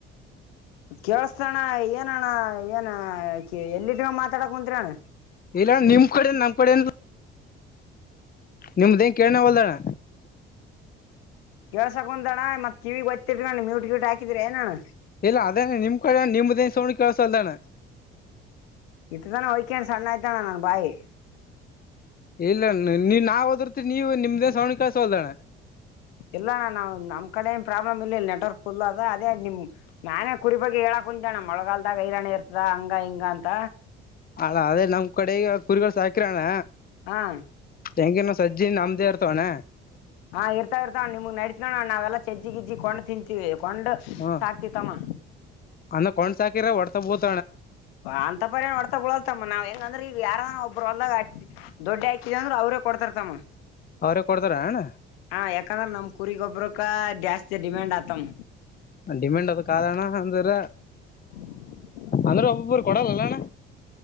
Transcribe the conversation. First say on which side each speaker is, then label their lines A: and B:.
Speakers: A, on the left; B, on the left.
A: ಕೇೇಳಸ್ತಣ್ಣ ಏನಣ್ಣ ಏನ ಎಲ್ಲಿಟಗ ಮಾತಾಡಕ್ ಕುಂತ್ರಿ ಅಣ್ಣ
B: ಇಲ್ಲ ನಿಮ್ ಕಡೆ ನಮ್ ಕಡೆನ್ ನಿಮ್ದೇಂಗ ಕೇಳನ ಹೊಲ್ಣ್ಣ
A: ಕೆೇಳಸಕ್ ಕುಂತಡ್ಣ ಮತ್ ಕಿವಿಗೆಗ್ಓತ್ತಿದ್ರಣ್ ಮ್ಯೂಟ್ ಗ್ಯೂಟ್ ಹಾಕಿದ್ರ ನಾನು
B: ಇಲ್ಲ ಅದೇನ ನಿಮ್ ಕಡೆ ನಿಮ್ದೇನ್ ಸೋಡ ಕೆಲ್ಸ ಅಲ್ದಾನ
A: ಇಟ್ಟ ತಾನ ಹಯ್ಕನ್ ಸಣ್ಣ ಆಯ್ತಾನ್ಣ ನನ್ ಬಾಯಿ
B: ಇಲ್ಲಣ್ಣ ನೀ ನಾವ್ ಹೋದರ್ತ್ ನೀವು ನಿಮ್ದೇ ಸವಡ ಕಯಸೋಲ್ದಣ್ಣ
A: ಇಲ್ಲ ನಣ ನಾವು ನಮ್ಮ ಕಡ ಏನು ಪ್ರಾಬ್ಲಮ್ ಇಲ್ಲ ನೆಟ್ವರ್ಕ್ ಫುಲ್ ಅದು ಅದೇ ನಿಮ್ಮ ನಾನೇ ಕುರಿ ಬಗ್ಗೆ ಹೇಳಕ್ ಕುಂ ಜಣ ಮೊಳಗಲ್ದಾಗ ಹೈರಾಣ್ಯ ಇರ್ತದ ಹಂಗ ಹಿಂಗ ಅಂತ
B: ಅಲ್ಲ ಅದೇ ನಮ್ ಕಡೆಗ ಕುರಿಗಳು ಸಾಕಿರಣ್ಣ
A: ಹಾ
B: ತೆಂಗಿನ ಸಜ್ಜಿನ ನಮ್ದೇ ಇರ್ತವಣ್ಣ
A: ಹಾ ಇರ್ತಾವ ಇರ್ತವ್ಣ ನಿಮಗ್ ನಡೀತ ನೋಣ ನಾವೆಲ್ಲ ಚಜ್ಜಿ ಗಿಜ್ಜಿ ಕೊಡ ತಿಂತೀವಿ ಕೊಂಡ
B: ಹ್ಮ
A: ಸಾಕ ತಮ್ಮ
B: ಅನ್ನ ಕೊಂಡ್ <unintelligible>
A: ಅಂತ ಪರ ಒಡ್ತಾ ಬಿಳಲ್ತಮ್ಮ ನಾವ್ ಹೆಂಗಂದ್ರ ಈಗ ಯಾರಾನ ಒಬ್ಬರು ಹೊಲ್ದಾಗ ದೊಡ್ಡ ಹಾಕಿದ ಅಂದ್ರರು ಅವ್ರೇ ಕೊಡ್ತಾರತಮ್ಮ
B: ಅವ್ರೇ ಕೊಡ್ತಾರ ಅಣ್ಣ
A: ಹಾ ಯಾಕಂದ್ರ ನಮ್ ಕುರಿಗೊಬ್ರಕ್ಕ ಜಾಸ್ತಿ ಡಿಮ್ಯಾಂಡ್ ಆತಮ್ಮ
B: ಡಿಮ್ಯಾಂಡ್ ಅದ ಕಣ ಅಂದ್ರ
A: ಮ್ಮ್
B: <unintelligible> ಒಬ್ಬರು ಕೊಡಲ್ಲಣ್ಣ.